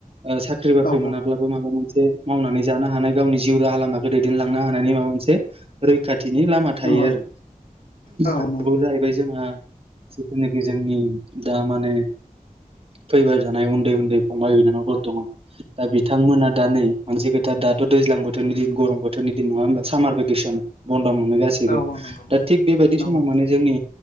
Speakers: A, on the right; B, on the left.
A: ओ साख्रि बाख्रि
B: औ
A: मोनाब्लाबो माबा मोन से मावनानै जानो हानाय गावनि जिउ राहा लामाखो दैदेनलांनो हानायनि माबा मोनसे रैखा थिनि लामा थायो
B: नंगौ
A: आरो
B: औ
A: आरोबाव
B: नंगौ
A: जाहैबाय जोंहा जिथुनेखि जोंनि दा माने फैबाय थानाय उन्दै उन्दै फंबाय बिनानावफोर दङ दा बिथांमोना दा नै मोनसे खोथा दाथ' दैज्लां बोथोरनि दिन गरम बोथोरनि दिन नङा होमबा सामार भेकेसन बन द मोनो गासैबो
B: औ नंगौ
A: दा थिग बेबायदि
B: नंगौ
A: समाव माने जोंनि